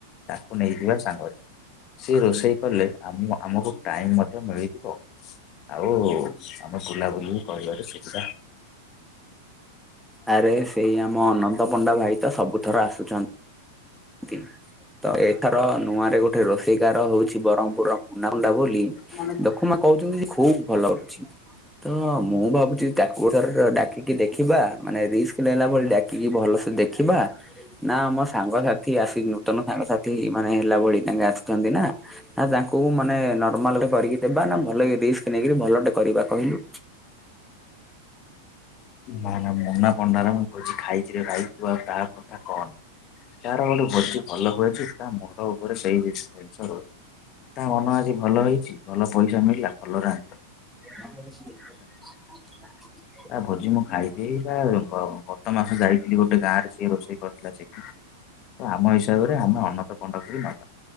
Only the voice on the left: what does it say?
ତାକୁ ନେଇଯିବା ସାଙ୍ଗରେ। ସିଏ ରୋଷେଇ କଲେ ଆମ ଆମକୁ ଟାଇମ ମଧ୍ୟ ମିଳିଯିବ। ଆଉ ଆମେ ବୁଲାବୁଲି କରିବାରେ ସୁବିଧା।
ନା
ନା ନା ମୁନା ପଣ୍ଡାର ମୁଁ ଭୋଜି ଖାଇଚିରେ ଭାଇ ତୁ ଆଉ ତା କଥା କହନି। ତାର ଗୋଟେ ଭୋଜି ଭଲ ହୁଏ ଯେ ତା ମ ତ ଉପରେ ସେଇ ରିସ୍କ୍ ଜିନିଷ ରହେ ତା ମନ ଆଜି ଭଲ ହେଇଛି ଭଲ ପଇସା ମିଳିଲା ଭଲ ରାନ୍ଧ୍
ତା ଭୋଜି ମୁଁ ଖାଇଚି ଏଇ ବା ଗ-ଗତ ମାସ ଯାଇଥିଲି ଗୋଟେ ଗାଁ ରେ ସିଏ ରୋଷେଇ କରିଥିଲା ସେଇଠି। ତ ଆମ ହିସାବରେ ଆମେ ଅନନ୍ତ ପଣ୍ଡା କୁ ହିଁ ନବା।